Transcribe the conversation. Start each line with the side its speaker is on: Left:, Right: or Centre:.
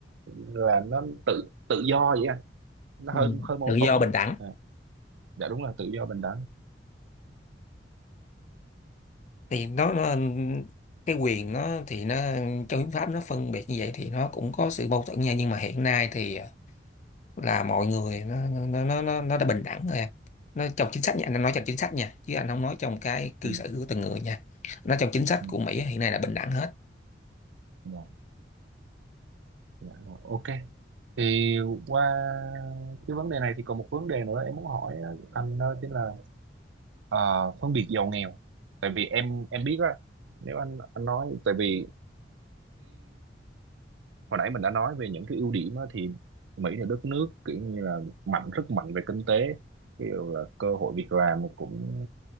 Right: là nó tự tự do vậy anh nó
Left: Ừ.
Right: hơi hơi mâu
Left: tự do
Right: thuẫn
Left: bình đẳng
Right: à, dạ đúng là tự do bình đẳng
Left: thì nó, nó cái quyền nó thì nó trong hiến pháp nó phân biệt như vậy thì nó cũng có sự mâu thuẫn nha nhưng mà hiện nay thì ờ, là mọi người nó nó nó nó, nó đã bình đẳng rồi em nó trong chính sách nha anh nói trong chính sách nha chứ anh không nói trong cái cư
Right: ừ,
Left: xử của từng người nha nó trong chính sách
Right: ừ,
Left: của Mỹ hiện nay là bình đẳng hết
Right: dạ, dạ, rồi, ok thì qua cái vấn đề này thì còn một vấn đề nữa em muốn hỏi anh đó chính là ờ, phân biệt giàu nghèo tại vì em em biết á nếu anh anh nói tại vì hồi nãy mình đã nói về những cái ưu điểm á, thì Mỹ là đất nước kiểu như là mạnh rất mạnh về kinh tế ví dụ là cơ hội việc làm cũng